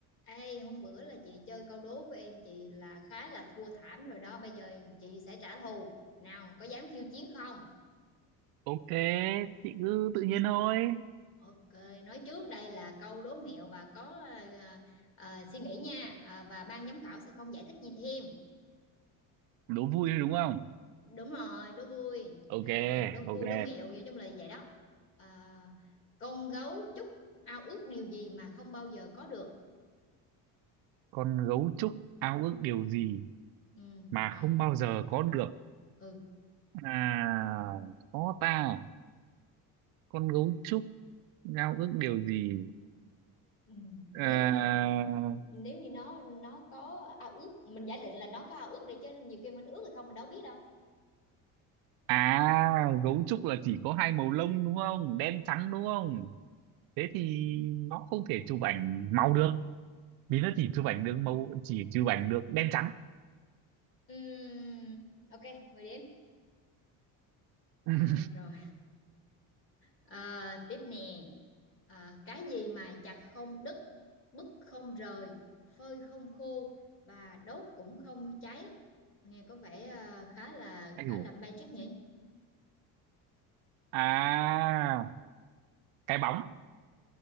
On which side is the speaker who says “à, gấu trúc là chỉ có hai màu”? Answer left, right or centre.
Right